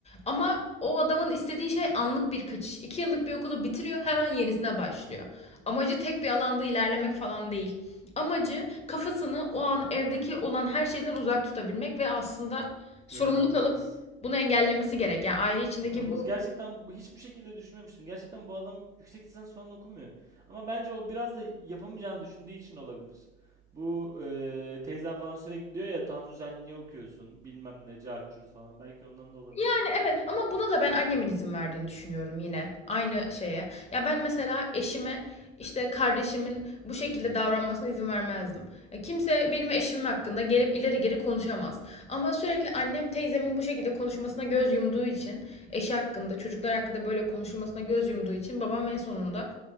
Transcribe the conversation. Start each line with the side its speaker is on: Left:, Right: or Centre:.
Left: Ama o adamın istediği şey anlık bir kaçış. İki yıllık bir okulu bitiriyor hemen yenisine başlıyor. Amacı tek bir alanda ilerlemek falan değil. Amacı kafasını o an evdeki olan her şeyden uzak tutabilmek ve aslında sorumluluk
Right: İnanılmaz.
Left: alıp bunu engellemesi gerek. Yani aile içindeki
Right: İnanılmaz.
Left: bu
Right: Gerçekten bu- hiçbir şekilde düşünmemiştim. Gerçekten bu adam yüksek lisans falan okumuyor. Ama bence o biraz da yapamayacağını düşündüğü için olabilir. Bu eee teyzem falan sürekli diyor ya Tansu sen niye okuyorsun? Bilmem ne cart curt falan. Belki ondan da olabilir.
Left: yani evet ama buna da ben annemin izin verdiğini düşünüyorum yine. Aynı şeye. Ya ben mesela eşime işte kardeşimin bu şekilde davranmasına izin vermezdim. E, Kimse benim eşimin hakkında gelip ileri geri konuşamaz. Ama sürekli annem teyzemin bu şekilde konuşmasına göz yumduğu için, eşi hakkında, çocuklar hakkında böyle konuşulmasına göz yumduğu için babam en sonunda